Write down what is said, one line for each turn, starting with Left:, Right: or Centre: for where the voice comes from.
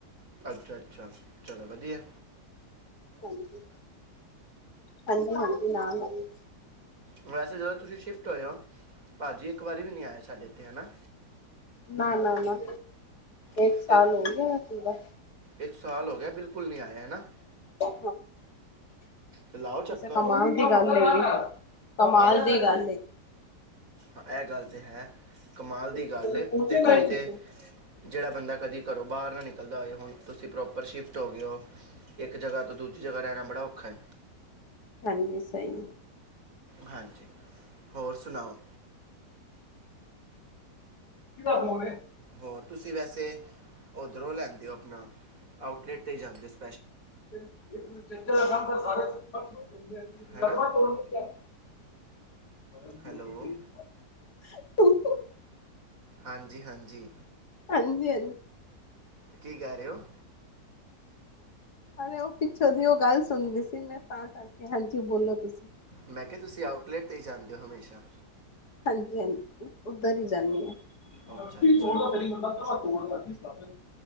Right: ਅੱਛਾ ਅੱਛਾ, ਚਲੋ ਵਧੀਆ ਏ।
Left: ਹਾਂਜੀ ਹਾਂਜੀ, ਨਾਲ ਜੀ।
Right: ਵੈਸੇ ਜਦੋਂ ਤੁਸੀਂ ਸ਼ਿਫਟ ਹੋਏ ਹੋ, ਭਾਜੀ ਇੱਕ ਵਾਰੀ ਵੀ ਨਹੀਂ ਆਏ ਸਾਡੇ ਇੱਥੇ, ਹੈਨਾ।
Left: ਨਾ ਨਾ ਨਾ ਇੱਕ
Right: ਤੇ-
Left: ਸਾਲ
Right: ਤੇ ਤੁ-
Left: ਹੋ ਗਿਆ ਏ ਪੂਰਾ।
Right: ਇੱਕ ਸਾਲ ਹੋ ਗਿਆ ਬਿਲਕੁਲ ਨਹੀ ਆਏ, ਹੈਨਾ।
Left: ਹਾਂ।
Right: ਤੇ ਲਾਓ
Left: ਵੈਸੇ
Right: ਚੱਕਰ
Left: ਕਮਾਲ ਦੀ ਗੱਲ ਹੈਗੀ, ਕਮਾਲ
Right: ਹਾਂ
Left: ਦੀ ਗੱਲ ਹੈਗੀ।
Right: ਹਾਂ ਇਹ ਗੱਲ ਤਾਂ ਹੈ। ਕਮਾਲ
Left: ਹਾਂਜੀ,
Right: ਦੀ ਗੱਲ ਏ, ਦੇਖੋ ਨਹੀਂ ਤੇ ਜਿਹੜਾ ਬੰਦਾ। ਘਰੋ ਬਾਹਰ ਨਾ ਨਿਕਲਦਾ ਹੋਏ, ਹੁਣ ਤੁਸੀਂ ਪ੍ਰੋਪਰ ਸ਼ਿਫਟ ਹੋ ਗਏ ਹੋ ਇੱਕ ਜਗ੍ਹਾ। ਤੇ ਦੂਜੀ ਜਗਾ ਰਹਿਣਾ ਬੜਾ ਔਖਾ ਹੈ।
Left: ਹਾਂਜੀ, ਸਹੀ ਏ।
Right: ਹਾਂਜੀ, ਹੋਰ ਸੁਣਾਓ।
Left: ਕਿਦਾ ਫੋਨ ਏ?
Right: ਹੋਰ ਤੁਸੀਂ ਵੈਸੇ ਉੱਧਰੋਂ ਲੈਂਦੇ ਹੋ ਅਪਣਾ ਆਊਟਲੇੈਟ ਤੇ ਹੀ ਜਾਂਦੇ ਸੀ।
Left: <unintelligible> <unintelligible>
Right: ਹੈ ਨਾ
Left: <inaudible>
Right: ਹੈਲੋ
Left: <inaudible>
Right: ਹਾਂਜੀ ਹਾਂਜੀ।
Left: ਹਾਂਜੀ
Right: ਕੀ ਕਹਿ ਰਹੇ ਹੋ?
Left: ਅਰੇ ਉਹ ਪਿਛੋਂ ਦੀ ਉਹ ਗੱਲ ਸੁਣ ਰਹੀ ਸੀ ਮੈਂ ਤਾਂ ਕਰਕੇ, ਹਾਂਜੀ ਬੋਲੋ ਤੁਸੀਂ।
Right: ਮੈਂ ਕਿਹਾ, ਤੁਸੀਂ ਆਊਟਲੈਟ ਤੇ ਹੀ ਜਾਂਦੇ ਹੋ ਹਮੇਸ਼ਾ।
Left: ਹਾਂਜੀ-ਹਾਂਜੀ ਉਧਰ ਹੀ ਜਾਨੀ ਆ।
Right: ਅੱਛਾ
Left: ਹੱਡੀ
Right: ਅੱਛਾ
Left: ਤੋੜ ਦਾਂ ਤੇਰੀ, ਲੱਤ-ਬਾਂਹ ਤੋੜ